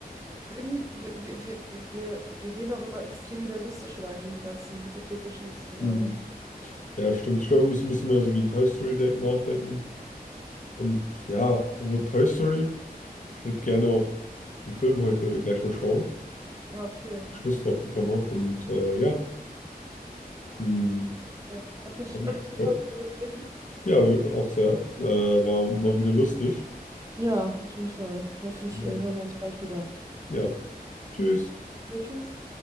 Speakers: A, on the right (about 20°); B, on the left (about 55°).
A: irgendwie, wir, wir, wir, wir, wir gehen auch immer extrem realistisch rein, diese ganzen hypothetischen Szenarien.
B: Hm. Ja, stimmt. Ich glaube, wir müssen ein bisschen mehr so wie in Toy Story denk- nachdenken. Und ja, apropos Toy Story. Ich würde gerne auch den Film heute gleich mal schauen,
A: Ja, okay.
B: dass ich Lust drauf bekommen habe. Und äh, ja, ähm,
A: Ja. Hat mich,
B: hat mich
A: hat
B: gefreut.
A: mich gefreut, mit dir zu reden.
B: Ja, wir- auch sehr. Äh, war mal wieder lustig.
A: Ja, auf jeden Fall. Hoffe ich,
B: Ja.
A: äh, hören wir uns bald wieder.
B: Ja. Tschüss.
A: Ja, tschüss.